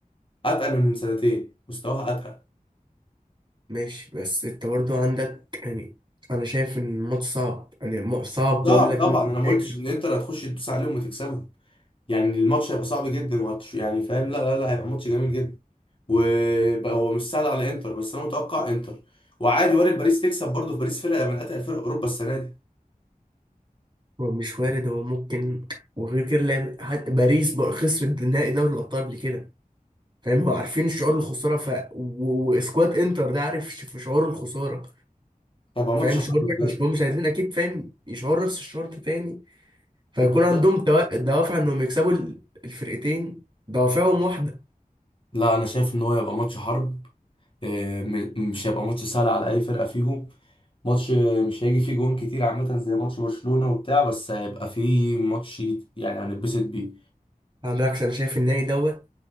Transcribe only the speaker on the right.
ماشي بس انت برضو عندك يعني انا شايف ان الماتش صعب يعني م- صعب
بقول لك
مين
هيكسب
هو مش وارد هو ممكن وغير كده لعب حتى باريس بقى خسرت نهائي دوري الأبطال قبل كده فاهم هو عارفين شعور الخسارة ف و- واسكواد انتر ده عارف ش- في شعور الخسارة
فاهم شعور
وحش هم مش عايزين أكيد فاهم يشعروا نفس الشعور ده تاني فيكون
عندهم دوا- دوافع إنهم يكسبوا ال- الفرقتين دوافعهم واحدة
على بالعكس أنا شايف النهائي دوت